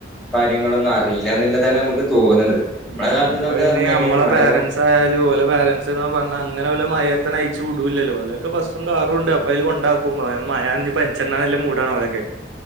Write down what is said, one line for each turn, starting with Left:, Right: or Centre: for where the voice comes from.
Centre: കാര്യങ്ങളൊന്നും അറിയില്ല എന്നുള്ളതാണ് നമുക്ക് തോന്നണത് നമ്മളെ
Right: ഉം
Centre: കാലത്ത്ന്നൊക്കെ
Right: ഇപ്പയിന്
Centre: പറഞ്ഞാല്
Right: നമ്മളെ
Centre: മഴ
Right: പേരൻറ്സ്
Centre: കൊ
Right: എന്തായാലും ഒലെ പാരൻറ്സ് നൊക്കെ പറഞ്ഞ അങ്ങനെ ഒലെ മയത്തണ് അയച്ച് വുടൂലല്ലോ ഓലൊ ബസും കാറും ഉണ്ട് അപ്പ അയില് കൊണ്ടാക്കും ഇപ്പൊ മയാണെങ്കി പറിച്ചണ്ടാന്ന് ള്ളമൂടാണ് ഒലൊക്കെ